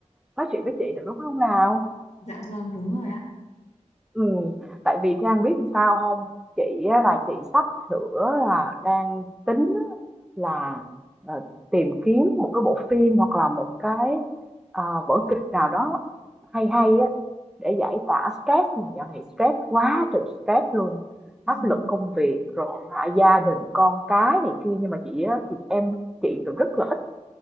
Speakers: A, in the centre; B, on the left (about 65°).
A: nói chuyện với chị được đúng không nào?
B: Dạ vâng, đúng rồi ạ.
A: Ừ, tại vì Trang biết làm sao không? Chị á, là chị sắp sửa là đang tính á, là ờ, tìm kiếm một cái bộ phim hoặc là một cái ờ, vở kịch nào đó hay hay á để giải tỏa stress này dạo này stress quá trời stress luôn
B: <laughs>
A: áp
B: Ừm,
A: lực công việc rồi hả gia đình con cái này kia nhưng mà chị á, thì em chị cũng rất là ít